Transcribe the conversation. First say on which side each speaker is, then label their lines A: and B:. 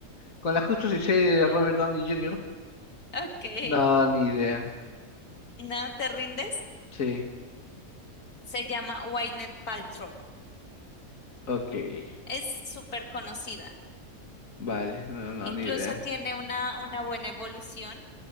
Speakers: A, on the left; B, on the left.
A: Con la justa y seria de Robert Downey Jr.
B: Ok,
A: No, ni idea.
B: ¿no te rindes?
A: Sí,
B: Se llama Gwyneth Paltrow.
A: ok.
B: Es súper conocida.
A: Vale, no, no,
B: Incluso
A: ni idea.
B: tiene una, una buena evolución